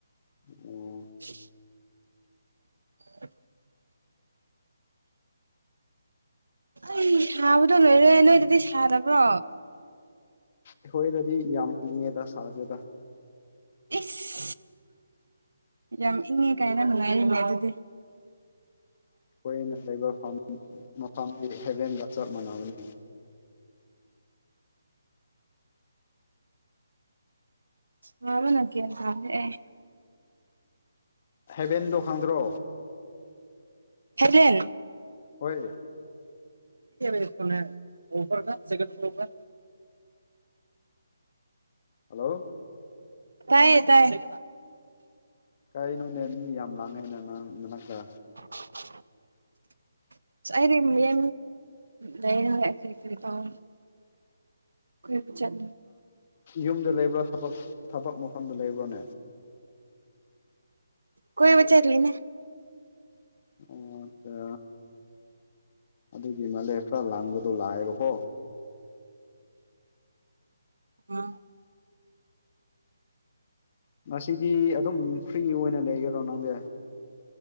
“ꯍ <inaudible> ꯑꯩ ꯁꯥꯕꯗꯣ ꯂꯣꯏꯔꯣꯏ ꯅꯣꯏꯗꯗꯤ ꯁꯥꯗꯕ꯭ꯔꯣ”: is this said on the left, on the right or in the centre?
Right